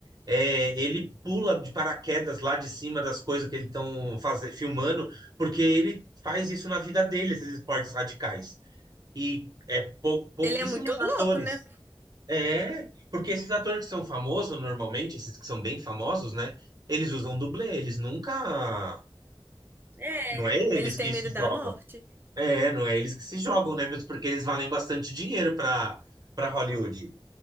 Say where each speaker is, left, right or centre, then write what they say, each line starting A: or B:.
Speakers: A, on the right; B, on the right.
A: É, ele pula de paraquedas lá de cima das coisas que eles estão filmando, porque ele faz isso na vida dele, esses esportes radicais. E é pou- pouquíssimos
B: Ele é muito louco,
A: atores.
B: né?
A: É, porque esses atores que são famosos, normalmente, esses que são bem famosos, né? Eles usam dublê, eles nunca
B: É.
A: não é eles
B: Eles
A: que
B: têm medo
A: se
B: da
A: jogam.
B: morte.
A: É, não é eles que se jogam, né? Mesmo porque eles valem bastante dinheiro para para Hollywood.